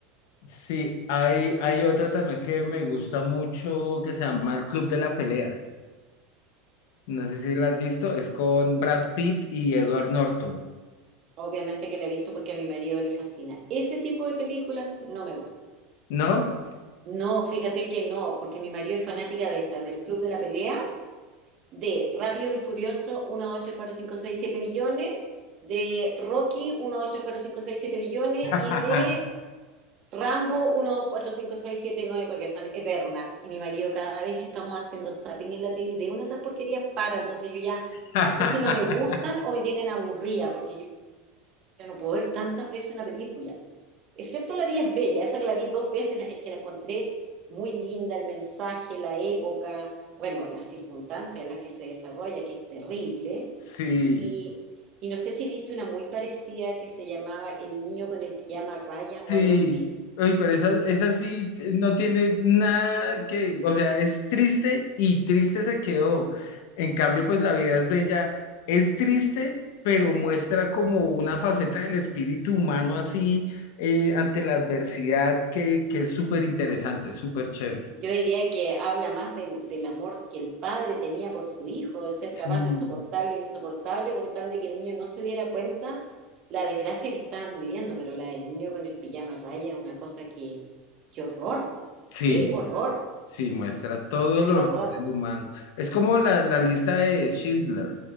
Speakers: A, on the left; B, on the right.
A: sí, hay, hay otra también que me gusta mucho que se llama El Club de la Pelea. No sé si la has visto, es con Brad Pitt y Edward Norton,
B: Obviamente que la he visto porque a mi marido le fascina. Ese tipo de películas no me gusta.
A: ¿no?
B: No, fíjate que no, porque mi marido es fanática de esta, del Club de la Pelea, de Rápidos y Furiosos, uno, 2, 3, 4, 5, 6, 7 millones, de Rocky, uno, 2, 3, 4, 5, 6, 7 millones,
A: <laughs>
B: y de Rambo, uno, 2, 4, 5, 6, 7, 9 porque son eternas. Y mi marido cada vez que estamos haciendo zapping en la tele y ve una de esas porquerías, para. Entonces yo ya
A: <laughs>
B: no sé si no me gustan o me tienen aburrida, porque yo Yo no puedo ver tantas veces una película, excepto La vida es bella, esa que la vi dos veces, la- es que la encontré muy linda, el mensaje, la época, bueno, las circunstancias en las que se desarrolla, que es terrible.
A: Sí,
B: Y, y no sé si viste una muy parecida que se llamaba El niño con el pijama a rayas o
A: Sí,
B: algo así.
A: oye, pero esa, esa sí eh, no tiene nada que, o sea, es triste y triste se quedó. En cambio, pues La vida es bella, es triste, pero muestra como una faceta del espíritu humano así eh, ante la adversidad que, que es súper interesante, súper chévere.
B: Yo diría que habla más del, del amor que el padre tenía por su hijo, de ser
A: Sí,
B: capaz de soportar lo insoportable con tal de que el niño no se diera cuenta la desgracia que estaban viviendo, pero la del niño con el pijama raya es una cosa que, qué horror,
A: sí,
B: qué horror,
A: sí, muestra todo el
B: qué
A: horror
B: horror.
A: del humano. Es como la, la lista de Schindler,